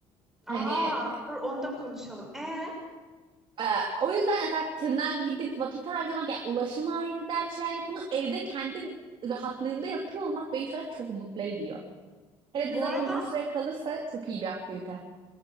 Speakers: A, on the right (about 50°); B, in the centre.
A: Hani
B: Aa, dur onu da konuşalım. E,
A: e, o yüzden mesela tırnağa gidip vakit harcamak, yani ulaşım aynı dert şeyler. Bunu evde kendi rahatlığımda yapıyor olmak beni şu an çok mutlu ediyor. Hele
B: bu
A: de zaten
B: arada
A: uzun süre kalırsa çok iyi bir aktivite.